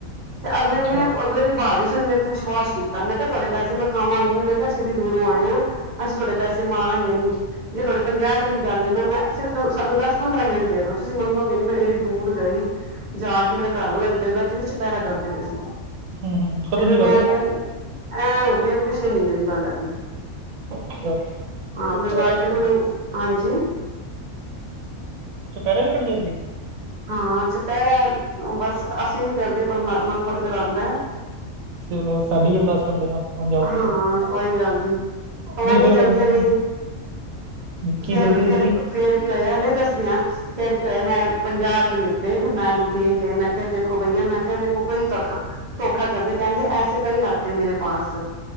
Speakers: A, on the right; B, on the right.
A: ਤੇ ਅਗਲੇ
B: ਅੱਛਾ
A: ਨੇ ਅਗਲੇ ਦੀ ਬਾਅਦ ਨੀ ਸੁਣੀ ਮੈ ਤੇ ਵਿਸ਼ਵਾਸ ਕੀਤਾ ਮੈਂ ਕਿਹਾ ਤੁਹਾਡੇ ਪੈਸੇ ਮੈਂ ਖਾਵਾਂਗੀ ਨੀ, ਮੈਂ ਕਿਹਾ ਅਸੀਂ ਐਂਡੀ ਦੂਰੋਂ ਆਏ ਆ। ਅਸੀਂ ਤੁਹਾਡੇ ਪੈਸੇ ਮਾਰਾਂਗੇ ਨੀ, ਜੇ ਤੁਹਾਡੇ ਪੰਜਾਹ ਰੁਪਏ ਦੀ ਗੱਲ ਏ ਨਾ ਮੈਂ ਸਿਰਫ ਦੋ ਸਾਨੂੰ ਦਸ ਪੰਦਰਾਂ ਮਿੰਟ ਦੇ ਦੋ, ਤੁਸੀਂ ਮੰਨੋਗੇ ਨੀ ਮੈਂ ਏਡੀ ਦੂਰ ਗਈ ਜਾ ਕੇ, ਮੇਰਾ ਘਰ ਵਾਲਾ ਏਧਰ ਬੈਠੇ ਸੀ ਚੁਪਹਿਰਾ ਕਰਦੇ ਪਏ ਸੀ।
B: ਹੂੰ ਹੂੰ ਹੂੰ। ਕਦੋਂ
A: ਤੇ ਫੇਰ
B: ਦੀ
A: ਮੈਂ
B: ਗੱਲ ਹੈ
A: ਕਿਹਾ, ਐ ਹੈਗੀ ਪਿਛਲੇ ਮਹੀਨੇ ਦੀ ਗੱਲ ਹੈਗੀ।
B: ਅੱਛਾ,
A: ਹਾਂ
B: ਚੁਪਹਿਰਾ
A: ਫਿਰ ਮੈਂ
B: ਵੀ
A: ਕਿਹਾ
B: ਕੱਢ
A: ਮੈਨੂੰ, ਹਾਂਜੀ।
B: ਅੱਛ ਚੁਪਹਿਰੇ ਵੀ ਕੱਟਦੇ ਤੁਸੀਂ।
A: ਹਾਂ ਚੁਪਹਿਰਾ ਬਸ ਅਸੀਂ ਨੀ ਕਰਦੇ ਪਰਮਾਤਮਾ ਖੁਦ ਕਰਾਂਦਾ ਐ।
B: ਚਲੋ ਸਾਡੀ ਵੀ ਅਰਦਾਸ ਕਰ ਦੇਣਾ ਹੁਣ ਜਾਓਗੇ
A: ਹਾਂ,
B: ਤੇ
A: ਕੋਈ ਗੱਲ ਨੀ। ਕਵਾਂਗੇ
B: ਨਹੀਂ ਫੇਰ
A: ਜਲਦੀ
B: ਬ
A: ਜਲਦੀ
B: ਕੀ
A: ਫੇਰ
B: ਜਲਦੀ ਜਲਦੀ
A: ਫੇਰ
B: ਕੀ
A: ਫੇਰ ਕੀ ਹੋਇਆ ਮੈਂ ਦੱਸਦੀ ਆਂ- ਫੇਰ ਕੀ ਹੋਇਆ ਮੈਂ ਪੰਜਾਹ ਰੁਪਏ ਲਿੱਤੇ ਫਿਰ ਮੈਂ ਉਹਨੂੰ ਦੇ ਕੇ ਆਈ, ਮੈਂ ਕਿਹਾ ਦੇਖੋ ਬਈਆ ਮੈਂ ਕਿਹਾ ਵੇਖੋ ਕਈ ਤਾ ਖਾ ਧੋਖਾ ਕਰਦੇ, ਕਹਿੰਦੇ ਐਸੇ ਕਈ ਆਤੇ ਮੇਰੇ ਪਾਸ।